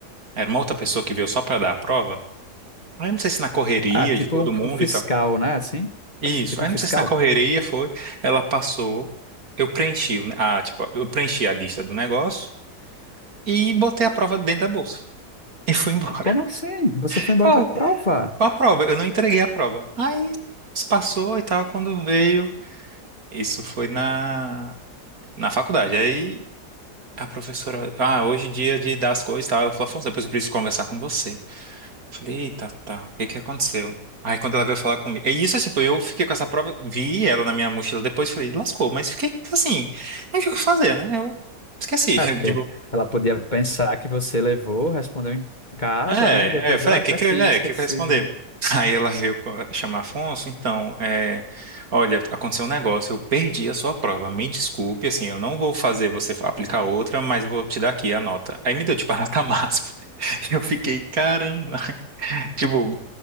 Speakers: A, on the right; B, on the left.
A: era uma outra pessoa que veio só pra dar a prova. Aí eu não sei se na correria
B: Ah, tipo
A: de todo
B: um,
A: mundo
B: um fiscal,
A: e tal.
B: né? Assim,
A: Isso.
B: tipo
A: Aí
B: um
A: eu
B: fiscal.
A: não sei se na correria foi, ela passou, eu preenchi, o ah, tipo, eu preenchi a lista do negócio e botei a prova dentro da bolsa e fui <laughs> embora.
B: Como assim? Você foi embora
A: Foi,
B: com a prova?
A: foi a prova, eu não entreguei a prova. Aí se passou e tal, quando veio, isso foi na na faculdade. Aí A professora, ah, hoje é dia de dar as coisas e tal. Ela falou, Afonso, depois eu preciso conversar com você. falei, eita, tal, o que que aconteceu? Aí quando ela veio falar comigo, é isso assim, pô, eu fiquei com essa prova, vi ela na minha mochila depois, falei, lascou, mas fiquei assim, não tinha o que fazer, né? Eu esqueci, <laughs>
B: É, porque
A: de-
B: ela podia pensar que você levou, respondeu em casa,
A: é,
B: né? E depois,
A: é, eu falei,
B: ó,
A: "É, que
B: tá
A: que,
B: aqui,
A: é,
B: esqueci.
A: que que eu responder? <laughs> Aí ela veio co- chamar Afonso, então, é, olha, aconteceu um negócio, eu perdi a sua prova, me desculpe, assim, eu não vou fazer você fa- aplicar outra, mas vou te dar aqui a nota. Aí me deu, tipo, a nota máxima. <laughs> Eu fiquei, caramba, <laughs> tipo,